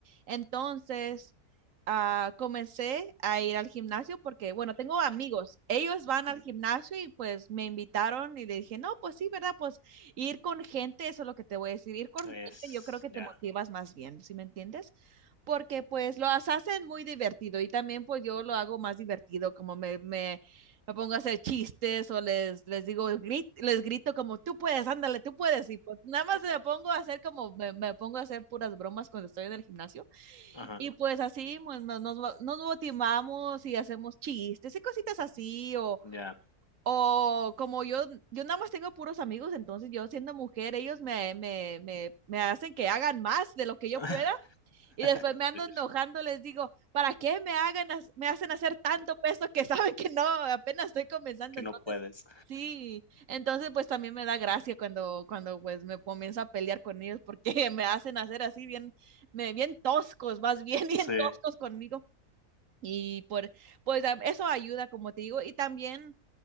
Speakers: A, on the right (about 60°); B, on the left (about 20°).
A: Entonces, ah, comencé a ir al gimnasio porque, bueno, tengo amigos, ellos van al gimnasio y pues me invitaron y le dije, no, pues sí, ¿verdad? Pues ir con gente, eso es lo que te voy a decir, ir con
B: Es
A: gente yo creo que
B: ya,
A: te motivas más bien, ¿sí me entiendes? Porque pues lo has- hacen muy divertido y también pues yo lo hago más divertido, como me, me, me pongo a hacer chistes o les, les digo, grit- les grito como, tú puedes, ándale, tú puedes, y pues nada más me pongo a hacer como, me, me pongo a hacer puras bromas cuando estoy en el gimnasio.
B: ajá,
A: Y pues así mu- no- nos, mo- nos motivamos y hacemos chistes y cositas así, o,
B: ya.
A: o como yo, yo nada más tengo puros amigos, entonces yo siendo mujer, ellos me, me, me, me hacen que hagan más de lo que yo
B: <laughs>
A: pueda y después me ando
B: Sí,
A: enojando, les digo, ¿para qué me hagan, me hacen hacer tanto peso que <laughs> saben que no, apenas estoy comenzando?
B: que
A: Entonces,
B: no puedes.
A: sí, entonces pues también me da gracia cuando, cuando pues me comienzo a pelear con ellos porque <laughs> me hacen hacer así bien, me, bien toscos, más bien <laughs> bien
B: Sí,
A: toscos conmigo. Y por, pues a- eso ayuda, como te digo, y también,